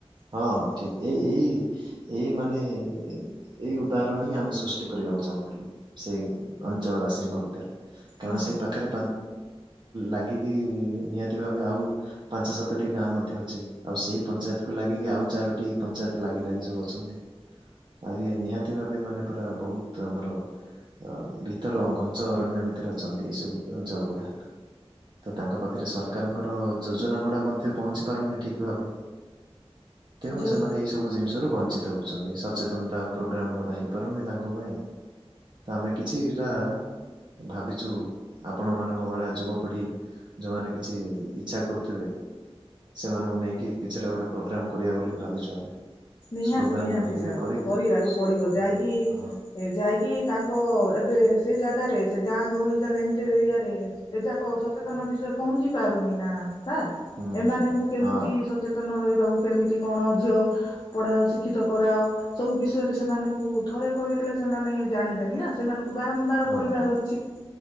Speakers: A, on the right (about 45°); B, on the left (about 45°).
A: ହଁ ହଁ ଠିକ୍। ଏଇ ଏଇ ଏଇ ମାନେ ଏଇ ଉଦାହରଣ ହିଁ ଆମେ ସୃଷ୍ଟି କରିବାକୁ ଚାହୁଁଥିଲୁ। ସେ ଅଞ୍ଚଳ ବାସୀଙ୍କ ଭିତରେ। କାରଣ
B: ହଁ
A: ସେଇ ପାଖରେ ଲାଗିକି ନିହାତି ଭାବେ ଆଉ ପାଞ୍ଚ ସାତ - ସାତଟି ଗାଁ ମଧ୍ୟ ଅଛି ଆଉ ସେଇ ପଞ୍ଚାୟତକୁୁ ଲାଗିକି ଆଉ ଚାରୋଟି ପଞ୍ଚାୟତ ଲାଗି ଲାଗି ସବୁ ଅଛନ୍ତି। ଆଉ ଇଏ ନିହାତି ଭାବେ ମାନେ ପୁରା ବହୁତ ଆମର। ଅ ଭିତର ଘଞ୍ଚ ଅରଣ୍ୟ ଭିତରେ ଅଛନ୍ତି ଏ ସବୁ ଅଞ୍ଚଳ ଗୁଡା। ତାଙ୍କ ପାଖରେ ସରକାରଙ୍କର ଯୋଜନା ଗୁଡା ମଧ୍ୟ। ପହଞ୍ଚି ପାରୁନି ଠିକ ଭାବେ ତେଣୁ
B: ଯ
A: ସେମାନେ ଏଇ ସବୁ ଜିନିଷରୁ ବଞ୍ଚି - ବଞ୍ଚିତ ହଉଛନ୍ତି ସଚେତନତା ପ୍ରୋଗ୍ରାମ ଗୁଡା ହେଇପାରୁନି ତାଙ୍କ ପାଇଁ। ତ ଆମେ କିଛିଟା ଭାବିଛୁ ଆପଣ ମାନଙ୍କ ଭଳିଆ ଯୁବପିଢି। ଯୋଉମାନେ କିଛି ଇଚ୍ଛା କରୁଥିବେ। ସେମାନଙ୍କୁ ନେଇକି କିଛିଟା ଗୋଟେ ପ୍ରୋଗ୍ରାମ କରିବା ବୋଲି ଭାବିଛୁ ଆମେ।
B: ନିହାତି
A: ସ୍ଲୋଗାନ
B: ନିହାତି
A: ହେରିକା
B: ସାର୍
A: କରିକି
B: କରିବାକୁ ପଡିବ ଯାଇକି
A: ହଁ ହଁ
B: ଯାଇକି ତାଙ୍କ ଏବେ। ସେ ଜାଗାରେ ସେ ଗାଁ ଗହଳି ଜାଗା ଇଣ୍ଟର ଏରିଆରେ ଏଯାକ ସଚେତନ ବିଷୟ ପହଞ୍ଚି ପାରୁନି ନା। ସାର୍
A: ହୁଁ
B: ଏମାନଙ୍କୁ
A: ହୁଁ ହୁଁ
B: କେମିତି
A: ହଁ
B: ସଚେତନ ରହିବାକୁ କେମିତି କଣ ଝିଅ- ପଢାଅ ଶିକ୍ଷିତ କରାଅ ସବୁ ବିଷୟରେ ସେମାନଙ୍କୁ ଥରେ କହିଦେଲେ ସେମାନେ ଜାଣିବେନି ନା ସେମାନଙ୍କୁ। ବାରମ୍ବାର
A: ହଁ
B: କହିବାର
A: ହଁ
B: ଅଛି।